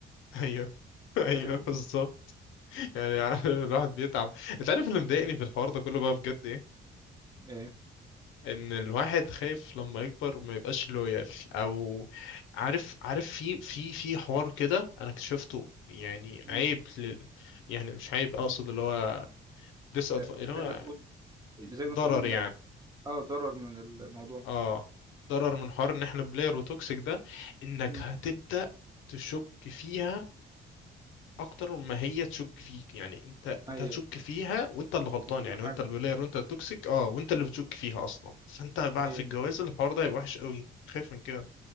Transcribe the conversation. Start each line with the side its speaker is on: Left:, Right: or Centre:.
Left: ايوه <laughs> ايوه
Right: فاهمني
Left: بالظبط يعني <laughs> عارف الواحد بيتعب انت عارف اللي مضايقني في الحوار ده كله بقى بجد ايه؟
Right: ايه
Left: ان الواحد خايف لما يكبر ما يبقاش لويال او عارف عارف في في في حوار كده انا اكتشفته يعني
Right: مم.
Left: عيب لل يعني مش عيب اقصد اللي هو ديس اللي
Right: آه،
Left: هو
Right: زي ما تقول زي ما
Left: ضرر
Right: تقول
Left: يعني
Right: اه ضرر من الموضوع
Left: اه ضرر من حوار ان احنا بلاير وتوكسيك ده انك
Right: مم.
Left: هتبدأ تشك فيها اكتر ما هي تشك فيك يعني انت
Right: ايوه
Left: انت هتشك فيها وانت اللي غلطان
Right: في كل
Left: يعني
Right: حاجه
Left: وانت اللي بلاير وانت التوكسيك اه وانت اللي بتشك فيها اصلا فانت بقى
Right: ايوه
Left: في الجواز الحوار ده هيبقى وحش قوي خايف من كده